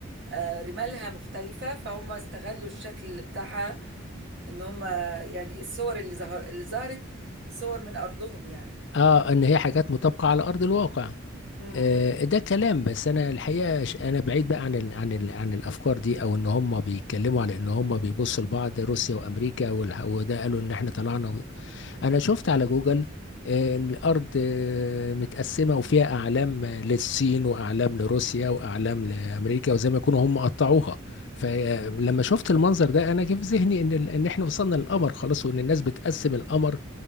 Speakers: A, on the right; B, on the left.
A: آه رمالها مختلفة فهم استغلوا الشكل بتاعها ان هم يعني الصور اللي ظهر اللي ظهرت صور من ارضهم يعني
B: اه ان هي حاجات مطابقه على ارض الواقع
A: امم
B: آه، ده كلام بس انا الحقيقه ش- انا بعيد بقى عن ال عن ال عن الافكار دي او ان هم بيتكلموا على ان هم بيبصوا لبعض روسيا وامريكا والح- وده قالوا ان احنا طلعنا و... انا شفت على جوجل آه، ان الارض آه، متقسمه وفيها اعلام آه، للصين واعلام لروسيا واعلام لامريكا وزي ما يكونوا هم قطعوها فلما شفت المنظر ده انا جه في ذهني ان ال- ان احنا وصلنا للقمر خلاص وان الناس بتقسم القمر